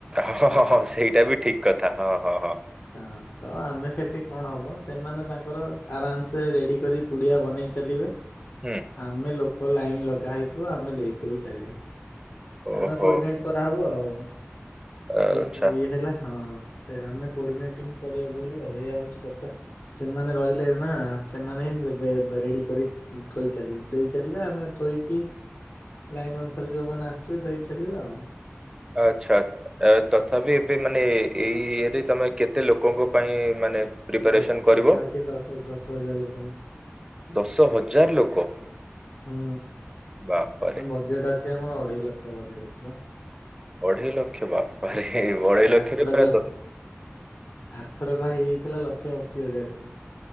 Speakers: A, on the right (about 15°); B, on the left (about 80°).
A: ହ-ହ-ହ ସେଇଟା ବି ଠିକ୍ କଥା ହ-ହ-ହ।
B: ହ ତ ଆମେ ସେଠି କଣ ହବ ସେମାନେ ତାଙ୍କର ଆରାମସେ ରେଡି କରି ପୁଡ଼ିଆ ବନେଇ ଚାଲିବେ।
A: ହୁଁ।
B: ଆମେ ଲୋକ ଲାଇନ ଲଗା ହେଇଥିବ, ଆମେ ଦେଇ ଦେଇ ଚାଲିବା।
A: ଓହୋ।
B: ଆଗ କୋଡିନେଟ କରା ହବ ଆଉ,
A: ଆଚ୍ଛା
B: ଯିଏ ଇଏ ହେଲା ହଁ ସେ ଆମେ କୋଡ଼ିନେଟିଙ୍ଗ କରିବାକୁ ପଡିବ ଆଉ ଏଇୟା ହଉଛି କଥା। ସେମାନେ ରହିଲେ ନା ସେମାନେ ହିଁ ଦେବେ- ବେ ରେଡି କରି ଥୋଇ ଚାଲି ଦେଇ ଚାଲିବେ, ଆମେ ଥୋଇକି ଲାଇନ ଅନୁସାରେ ଯୋଉମାନେ ଆସିବେ ଦେଇ ଚାଲିବା ଆଉ।
A: ଆଚ୍ଛା। ଆ ତଥାପି ଏବେ ମାନେ ଏଇ ଇଏରେ ତମେ କେତେ ଲୋକଙ୍କ ପାଇଁ ମାନେ- ପ୍ରିପାରେସନ
B: ଦଶ
A: କରିବ
B: ପାଖାପାଖି ଦଶ ଦଶ ହଜାର ଲୋକଙ୍କୁ।
A: ଦଶ ହଜାର ଲୋକ।
B: ହୁଁ
A: ବାପାରେ
B: ଆମ ବଜେଟ୍ ଅଛି ଆମର ଅଢେଇ ଲକ୍ଷ ବଜେଟ୍ ଅଛି ବା।
A: ଅଢ଼େଇ ଲକ୍ଷ, ବାପାରେ ଅଢେଇ
B: ଆରଥରକ
A: ଲକ୍ଷରେ ପ୍ରାୟ ଦଶ
B: ଆରଥରକ ହେଇଯାଇଥିଲା ଲକ୍ଷେ ଅଶି ହଜାର ଟଙ୍କା।